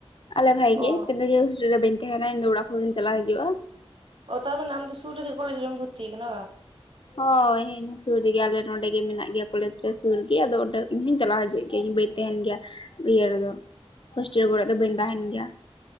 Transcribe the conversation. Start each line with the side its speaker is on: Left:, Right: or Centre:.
Left: ᱟᱞᱮ ᱵᱷᱟᱭ
Right: ᱚ
Left: ᱜᱮ ᱱᱤᱭᱟ. ᱦᱳᱥᱴᱮᱞ ᱨᱮ ᱵᱟᱹᱧ ᱛᱟᱦᱮᱱᱟ ᱤᱧ ᱫᱚ ᱚᱲᱟᱜ ᱠᱷᱚᱱ ᱜᱮ ᱪᱟᱞᱟᱜ ᱦᱤᱡᱩᱜᱼᱟ
Right: ᱚ ᱛᱟᱨ ᱢᱟᱱᱮ ᱟᱢ ᱫᱚ ᱥᱩᱨ ᱨᱮ ᱜᱮ ᱠᱚᱞᱮᱡᱽ ᱨᱮᱢ ᱵᱷᱚᱨᱛᱤ ᱟᱠᱟᱱᱟ ᱵᱟ
Left: ᱦᱳᱭ ᱦᱮᱱᱟ ᱥᱩᱨ ᱨᱮᱜᱮ ᱟᱞᱮ ᱱᱚᱸᱰᱮ ᱜᱮ ᱢᱮᱱᱟᱜ ᱜᱮᱭᱟ ᱠᱚᱞᱮᱡᱽ ᱨᱮ ᱥᱩᱨ ᱨᱮᱜᱮ ᱟᱫᱚ ᱚᱸᱰᱮ ᱤᱧ ᱦᱚᱸᱧ ᱪᱟᱞᱟᱣ ᱦᱤᱡᱩᱜ ᱜᱮᱭᱟ ᱤᱧ ᱵᱟᱹᱧ ᱛᱟᱦᱮᱱ ᱜᱮᱭᱟ ᱤᱭᱟᱹ ᱨᱮᱫᱚ ᱦᱳᱥᱴᱮᱞ ᱠᱚᱨᱮ ᱫᱚ ᱵᱟᱹᱧ ᱛᱟᱦᱮᱱ ᱜᱮᱭᱟ